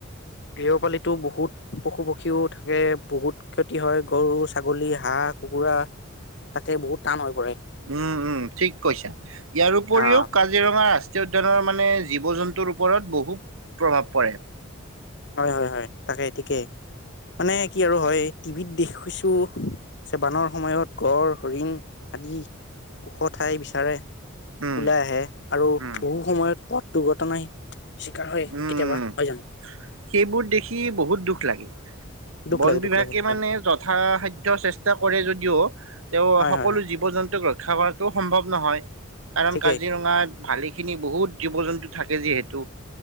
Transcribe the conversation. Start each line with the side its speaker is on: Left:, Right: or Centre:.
Left: গৃহপালি বহুত পশু পক্ষীও থাকে। বহুত ক্ষতি হয় গৰু ছাগলী হাঁহ কুকুৰা থাকে বহুত টান হয়।
Right: উম উম ঠিক কৈছা ইয়াৰ উপৰিও
Left: অ
Right: কাজিৰঙা ৰাষ্ট্ৰীয় উদ্যানৰ মানে জীৱ জন্তুৰ ওপৰত বহুত প্ৰভাৱ পৰে।
Left: হয় হয় হয় তাকে ঠিকেই মানে কি আৰু হয় টিভিত দেখৈছো। যে বানৰ সময়ত গড় হৰিণ আদি ওখ ঠাই বিচাৰে
Right: উম
Left: ওলাই আহে আৰু
Right: উম
Left: বহু সময়ত পথ দুৰ্ঘটনাই চিকাৰ হয়
Right: উম
Left: কেতিয়াবা হয় জানো?
Right: সেইবোৰ দেখি বহুত দুখ লাগে।
Left: দুখ
Right: বন
Left: লাগে
Right: বিভাগে
Left: দুখ লাগে হয়
Right: মানে যথাসাধ্য চেষ্টা কৰে যদিও তেওঁ
Left: হয়
Right: সকলো
Left: হয় হয়
Right: জীৱ জন্তুক ৰক্ষা কৰা সম্ভৱ নহয় কাৰণ
Left: ঠিকেই
Right: কাজিৰঙাত ভালেখিনি বহুত জীৱ জন্তু থাকে যিহেতু